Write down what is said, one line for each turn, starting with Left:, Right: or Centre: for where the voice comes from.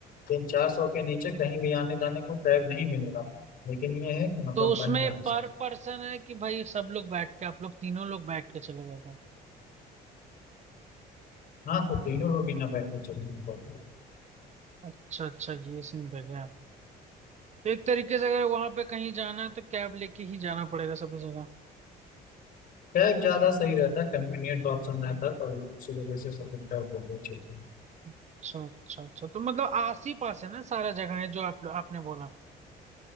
Left: तीन चार सौ के नीचे कहीं भी आने जाने को कैब नहीं मिलेगा लेकिन ये है कि मतलब
Right: तो उसमें
Left: बढ़िया है
Right: पर
Left: सब
Right: पर्सन है कि भाई सब लोग बैठ के आप लोग तीनों लोग बैठ के चले गए थे
Left: हाँ तो तीनों लोग ही ना बैठे चलेंगे बैठे
Right: अच्छा अच्छा ये सीन था क्या तो एक तरीके से अगर वहां पे कहीं जाना है तो कैब लेके ही जाना पड़ेगा सभी जगह
Left: कैब ज्यादा सही रहता है कन्वीनियंट ऑप्शन रहता है तो उसी वजह से सब लोग कैब लेते हैं
Right: अच्छा अच्छा अच्छा तो मतलब आस ही पास है ना सारा जगह है जो आप आपने बोला